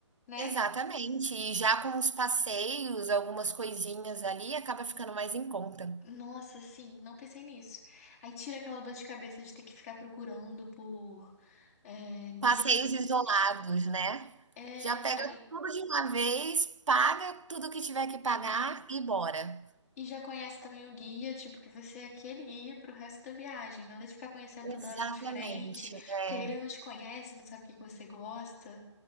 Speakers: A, on the left; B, on the right.
A: né?
B: Exatamente. E já com os passeios, algumas coisinhas ali, acaba ficando mais em conta.
A: Nossa, sim, não pensei nisso. Aí tira aquela dor de cabeça de ter que ficar procurando por é, guia
B: Passeios
A: turístico.
B: isolados, né.
A: É,
B: Já pega
A: aí,
B: tudo de uma vez, paga tudo que tiver que pagar
A: sim.
B: e bora.
A: E já conhece também o guia, tipo, que vai ser aquele guia pro resto da viagem. Nada de ficar conhecendo toda
B: Exatamente,
A: hora um diferente, que
B: é,
A: aí ele não te conhece, não sabe o que que você gosta,